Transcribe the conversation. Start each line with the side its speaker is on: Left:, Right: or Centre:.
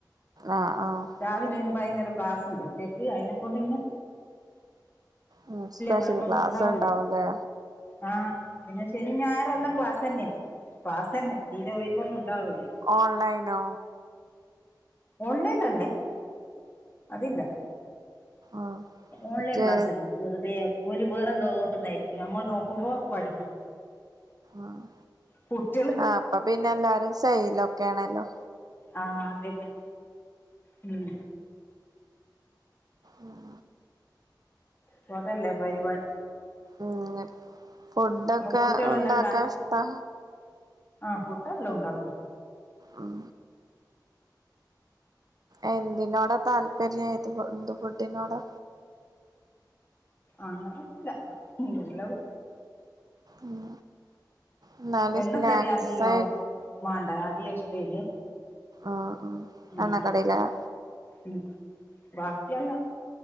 Right: ആഹ് ആഹ്
Left: രാവിലെ വൈകുന്നേരോ ക്ലാസ് ഉണ്ട് ഉച്ചക്ക് അതിനെ കൊണ്ട് ഇന്നെ
Right: ഉം സ്പെഷ്യൽ
Left: കുഴപ്പമൊന്നും
Right: ക്ലാസ്
Left: ഉണ്ടാവൂല
Right: ഉണ്ടാവുല്ലെ
Left: ആഹ് പിന്നെ ശനി ഞായറേല്ലാം ക്ലാസ്സ്‌ തന്നെ ക്ലാസ്സ്‌ തന്നെ തീരെ ഒഴിവ് ഒന്നും ഉണ്ടാവുല്ലേ
Right: ഓൺലൈനോ
Left: ഓൺലൈൻ അല്ലേ അതില്ല
Right: ആഹ്
Left: ഓൺലൈൻ
Right: മറ്റേ
Left: ക്ലാസ്ല്ലാം വെറുതെ ഓല് വേറെ എന്തോ തോണ്ടന്നായിരിക്കും നമ്മൾ നോക്കുമ്പോ പഠിക്കും
Right: ആഹ്
Left: കുട്ടികള്
Right: ആഹ് അപ്പൊ പിന്നെ എല്ലാരും സൈയിലൊക്കെയാണല്ലോ
Left: ആഹ് അത് തന്നെ ഉം
Right: ഉം
Left: അപ്പൊ അതല്ലേ പരിപാ
Right: ങ്ങനെ ഫുഡൊക്കെ
Left: ഇന്ന് കുട്ടികളെല്ലാം
Right: ഉണ്ടാക്കാൻ
Left: ഇണ്ടാ
Right: ഇഷ്ടാ
Left: ആഹ് ഫുഡ് എല്ലാ ഉണ്ടാക്കും
Right: ഉം എന്തിനോടാ താല്പര്യം ഇത് എന്ത് ഫുഡിനോടാ
Left: അങ്ങനൊന്നുല്ലാ ഇങ്ങനെ ഉള്ളത്
Right: ഉം എന്നാല്
Left: എണ്ണക്കടി
Right: സ്നാക്സ്
Left: അധികം
Right: ആയി
Left: മാണ്ട അധികം ഇഷ്ട്ടെല്ലേ
Right: ആഹ് ആഹ്
Left: ഉം
Right: എണ്ണക്കടിയിലാ
Left: ഉം ബാക്കിയെല്ലാം